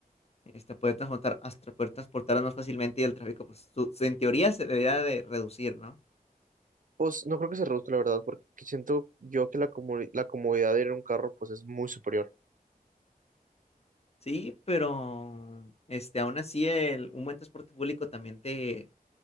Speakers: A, on the left (about 45°); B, on the right (about 60°).
A: este, poder transportar, hasta poder transportarlas más fácilmente y el tráfico, pues su- en teoría se debería de reducir, ¿no?
B: Pues no creo que se reduzca, la verdad, porque siento yo que la, comodi- la comodidad de ir en un carro, pues es muy superior.
A: Sí, pero este, aún así el, un buen transporte público también te,